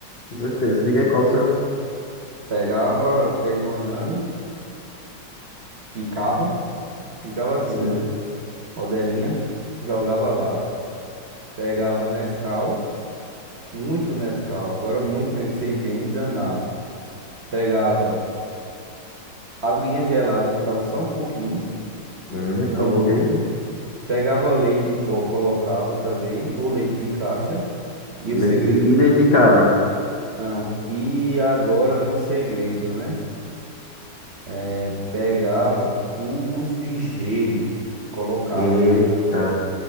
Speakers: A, on the left; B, on the right.
A: Com certeza. Diga aí qual o seu.
B: Pegava três bananas, picava, picava assim,
A: Sim.
B: né? Rodelinha, jogava lá. Pegava Nescau. Muito Nescau, agora muito mesmo, sem pena e danava. Pegava aguinha gelada, botava só um pouquinho,
A: Hum,
B: não
A: só um
B: muito.
A: pouquinho.
B: Pegava leite em pó, colocava também, ou leite de caixa. E
A: Leite
B: o segredo,
A: de- e leite de cabra.
B: não, e agora vem um segredo, né? É, pegava cubos de gelos e colocava
A: Eita,
B: nela.